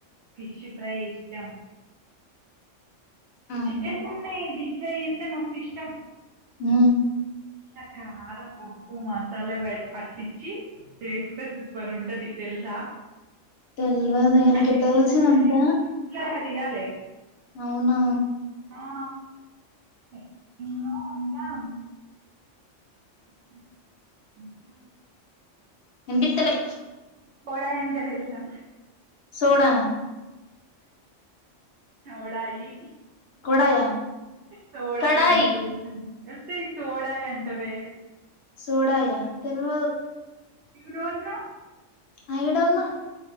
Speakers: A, on the right; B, on the left.
A: ఫిష్ ఫ్రై ఇష్టం
B: ఆ
A: చికెన్ కు ఉన్నాయి డీప్ ఫ్రై చేస్తే మస్తు ఇష్టం
B: ఉ
A: చక్కగా కారం ఉప్పు ఉప్పు మసాలా పట్టించి చేస్తే సూపర్ ఉంటది తెలుసా
B: తెలివదు ఆయనకి
A: పట్టించి
B: తెలిసినంత
A: నూనె వేసి చిప్స్ లాగా తీయాలే
B: అవునా
A: ఆ ఉ అంటా ఉ
B: ఇన్ పిత్తలే
A: పోడాయి అంటే తెలుసా
B: సోడాన
A: ఓడాయి
B: కొడాయా
A: సోడాయ
B: కడాయి
A: అంటే తెలుసా ఈ సోడ అంట కర్రే
B: సోడాయ తెలువదు
A: ము don't know
B: I don't know